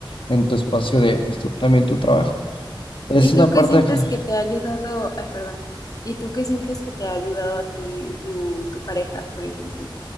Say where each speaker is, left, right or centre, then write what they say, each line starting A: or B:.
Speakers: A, on the left (about 85°); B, on the left (about 45°).
A: en tu espacio de pues tu- también tu trabajo. Es
B: ¿Y
A: una
B: tú qué
A: parte
B: sientes
A: de que no-
B: que te ha ayudado? Ay, perdón. ¿Y tú qué sientes que te ha ayudado a ti tu, tu pareja, por ejemplo?